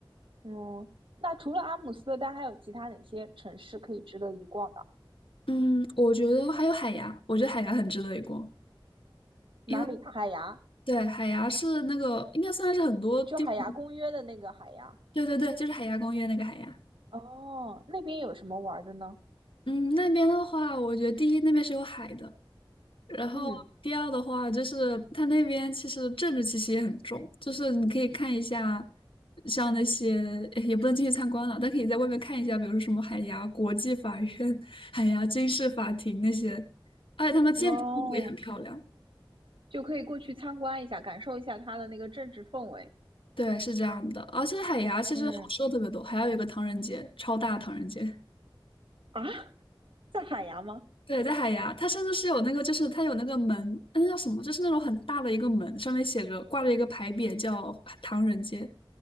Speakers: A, on the right (about 75°); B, on the left (about 80°).
A: 嗯，那除了阿姆斯特丹，还有其他哪些城市可以值得一逛的？
B: 嗯，我觉得还有海牙，我觉得海牙很值得一逛，
A: 哪里？
B: 因为
A: 海牙，
B: 对海牙是那个应该算是很多地方，
A: 就海牙公约的那个海牙。
B: 对对对，就是海牙公约那个海牙。
A: 哦，那边有什么玩的呢？
B: 嗯，那边的话，我觉得第一那边是有海的，然后第二的话就是它那边其实政治气息也很重，
A: 嗯，
B: 就是你可以看一下，像那些诶也不能进去参观了，但可以在外面看一下，比如说什么海牙国际法院、<laughs> 海牙军事法庭那些，而且他们建筑风格也很漂亮。
A: 哦，就可以过去参观一下，感受一下它的那个政治氛围。
B: 对，是这样的。而且海牙其实好吃的特别多，
A: 嗯，
B: 还有一个唐人街，超大唐人街。
A: 啊，在海牙吗？
B: 对，在海牙，它甚至是有那个，就是它有那个门，那叫什么？就是那种很大的一个门，上面写着挂着一个牌匾，叫唐人街。